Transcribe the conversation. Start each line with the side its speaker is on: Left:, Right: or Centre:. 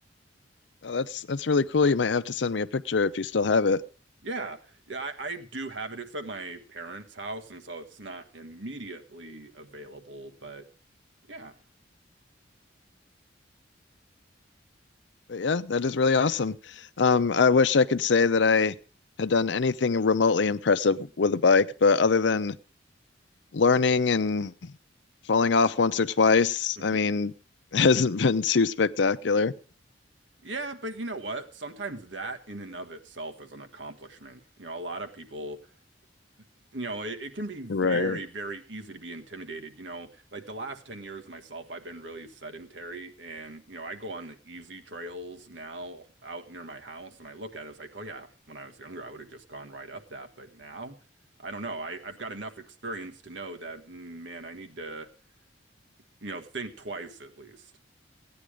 Left: Oh, that's that's really cool. You might have to send me a picture if you still have it.
Right: Yeah. Yeah, I, I do have it. It's at my parents' house, and so it's not immediately available, but yeah.
Left: But yeah, that is really awesome. Um, I wish I could say that I had done anything remotely impressive with a bike, but other than learning and falling off once or twice.
Right: <laughs>
Left: I mean, <laughs> hasn't been too spectacular.
Right: Yeah, but you know what? Sometimes that in and of itself is an accomplishment. You know, a lot of people you know, it, it can be very,
Left: Right.
Right: very easy to be intimidated. You know, like the last 10 years myself, I've been really sedentary and, you know, I go on the easy trails now out near my house and I look at it, it's like, oh yeah, when I was younger, I would have just gone right up that. But now, I don't know. I, I've got enough experience to know that, mm, man, I need to, you know, think twice at least.